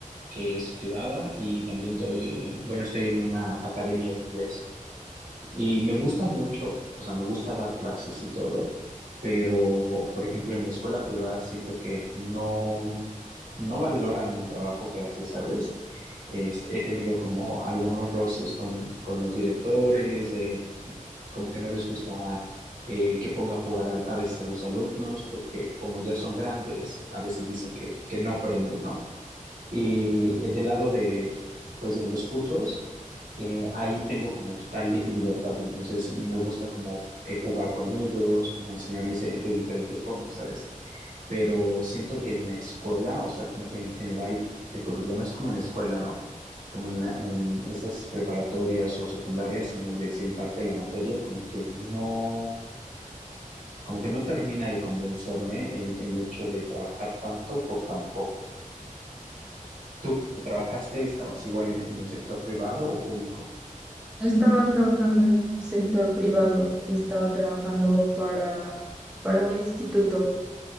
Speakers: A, on the right; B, in the centre.
A: que es privada y también doy, eh, bueno, estoy en una academia de inglés y me gusta mucho, o sea, me gusta dar clases y todo, pero, por ejemplo, en la escuela privada siento que no, no valoran el trabajo que haces, ¿sabes? Este, he tenido como algunos roces con, con los directores como que no les gusta eh, que ponga a jugar a, a veces a los alumnos, porque como ya son grandes, a veces dicen que, que no aprenden, ¿no? Y eh, del lado de, pues, de los cursos, eh, ahí tengo como total li- libertad, entonces me gusta como eh, jugar con ellos, como enseñarles eh, de diferentes formas, ¿sabes? Pero siento que en la escuela, o sea, como que en general, el problema es como en la escuela, ¿no? como en, la- en estas preparatorias o secundarias en donde se imparte la materia, como que no, como que no termina de convencerme el, el hecho de trabajar tanto por tan poco. ¿Tú, tú trabajaste, estabas igual en, en el sector privado o público?
B: Estaba trabajando en sector privado, estaba trabajando para, para un instituto.